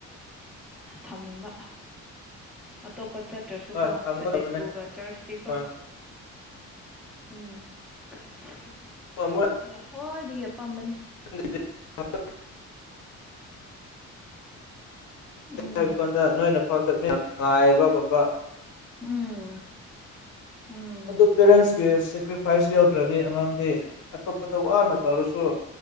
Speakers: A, in the centre; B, on the left.
A: ꯊꯝꯅꯤꯡꯕ ꯑꯇꯣꯞꯄ ꯆꯠ ꯅꯠꯇ꯭ꯔꯁꯨ
B: ꯍꯣꯏ
A: ꯀꯣ
B: ꯊꯝꯒꯗꯕꯅꯦ
A: ꯁꯟꯗꯦ ꯁ꯭ꯀꯨꯜꯒ ꯆꯔꯆꯁꯤ ꯀꯣ
B: ꯍꯣꯏ
A: ꯎꯝ ꯍꯧ
B: ꯑꯣꯣꯏ
A: ꯑꯩ ꯍꯣꯏꯗꯒꯤ ꯑꯄꯥꯝꯕꯅꯤ
B: <inaudible>
A: ꯎꯝ
B: ꯍꯥꯏꯕ ꯀꯥꯟꯗ ꯅꯣꯏꯅ ꯐ ꯆꯠꯃꯤꯟꯅ ꯅꯨꯡ ꯉꯥꯏꯕꯒꯨꯝꯕ
A: ꯎꯝ ꯎꯝ
B: ꯑꯗꯨ ꯄꯦꯔꯦꯟꯁꯀꯤ ꯁꯦꯀ꯭ꯔꯤꯐꯥꯏꯁ ꯌꯥꯎꯗ꯭ꯔꯗꯤ ꯑꯉꯥꯡꯗꯤ ꯑꯇꯣꯞꯄꯗ ꯋꯥꯅ ꯇꯧꯔꯁꯨ